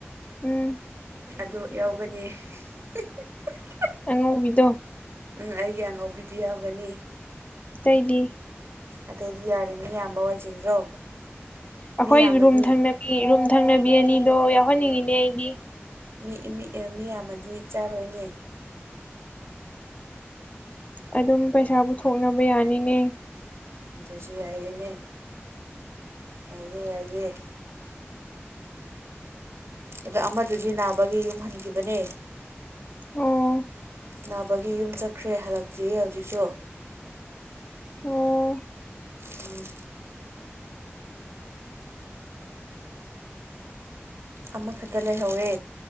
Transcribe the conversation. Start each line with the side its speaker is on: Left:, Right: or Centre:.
Left: ꯎꯝ
Right: ꯑꯗꯨ ꯌꯥꯎꯒꯅꯤ <unintelligible>
Left: ꯑꯉꯧꯕꯤꯗꯣ
Right: ꯎꯝ ꯑꯩꯒꯤ ꯑꯉꯧꯕꯤꯗꯨ ꯌꯥꯎꯒꯅꯤ
Left: ꯑꯇꯩꯗꯤ
Right: ꯑꯇꯩꯗꯤ ꯌꯥꯔꯦ ꯃꯤ ꯌꯥꯝꯕ ꯋꯥꯏ ꯆꯤꯟꯗ꯭ꯔꯣ
Left: ꯑꯈꯣꯏ
Right: ꯃꯤ ꯌꯥꯝꯃꯗꯤ
Left: ꯔꯨꯝ ꯊꯪꯅꯕꯤ ꯔꯨꯝ ꯊꯪꯅꯕꯤ ꯑꯅꯤꯗꯣ ꯌꯥꯎꯍꯟꯅꯤꯡꯉꯤꯅꯦ ꯑꯩꯗꯤ
Right: ꯃꯤ ꯃꯤ ꯑꯦ ꯃꯤ ꯌꯥꯝꯃꯗꯤ ꯆꯥꯔꯣꯏꯅꯦ
Left: ꯑꯗꯨꯝ ꯄꯩꯁꯥ ꯄꯨꯊꯣꯛꯅꯕ ꯌꯥꯅꯤꯅꯦ
Right: ꯑꯗꯨꯁꯨ ꯌꯥꯏꯑꯦꯅꯦ ꯌꯥꯏꯌꯦ ꯌꯥꯏꯌꯦ ꯑꯗꯣ ꯑꯃꯗꯨꯗꯤ ꯅꯥꯕꯒꯤ ꯌꯨꯝ ꯍꯟꯈꯤꯕꯅꯦ
Left: ꯑꯣ
Right: ꯅꯥꯕꯒꯤ ꯌꯨꯝ ꯆꯠꯈ꯭ꯔꯦ ꯍꯜꯂꯛꯇ꯭ꯔꯤꯌꯦ ꯍꯧꯖꯤꯛꯁꯨ
Left: ꯑꯣ
Right: ꯎꯝ ꯑꯃꯈꯠꯇ ꯂꯩꯍꯧꯋꯦ